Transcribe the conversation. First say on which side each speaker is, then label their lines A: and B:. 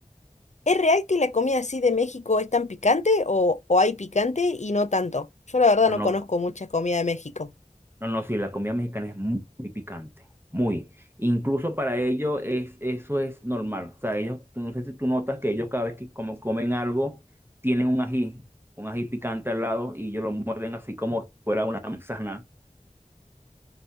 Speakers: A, on the left; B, on the right.
A: es real que la comida así de México es tan picante o, o hay picante y no tanto? Yo la verdad
B: no,
A: no
B: no,
A: conozco mucha comida de México.
B: no, no, sí, la comida mexicana es muy, muy picante, muy. Incluso para ellos es, eso es normal. O sea, ellos, tú no sé si tú notas que ellos cada vez que como comen algo tienen un ají, un ají picante al lado y ellos lo muerden así como si fuera una manzana.